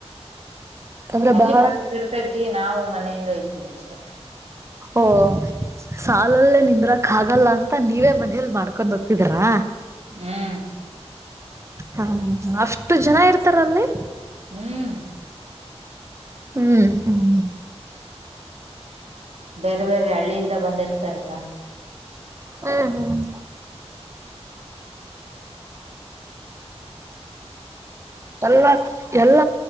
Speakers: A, on the right (about 25°); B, on the right (about 70°).
A: ಅಂದ್ರೆ
B: ಅಲ್ಲಿ
A: ಬಹಳ
B: ಪ್ರತಿ ದೊರುಕೈತಿ ನಾವು ಮನೆಯಿಂದ ಹೊಯ್ತೀವ್ ಅಷ್ಟೇ.
A: ಓ ಸಾಲಲ್ಲೇ ನಿಂದ್ರಕ್ ಆಗಲ್ಲ ಅಂತ ನೀವೇ ಮನೇಲಿ ಮಾಡ್ಕೊಂಡ್ ಹೋಗ್ತಿದರಾ?
B: ಹ್ಮ್
A: ಹಾಂ ಅಷ್ಟು ಜನ ಇರ್ತಾರಲ್ಲಿ.
B: ಹ್ಮ್
A: ಹ್ಮ್ ಹ್ಮ್
B: ಬೇರೆ ಬೇರೆ ಹಳ್ಳಿಯಿಂದ ಬಂದಿರ್ತಾರಲ್ಲ
A: ಹ್ಮ್ ಹ್ಮ್ ಅಲ್ಲ ಎಲ್ಲ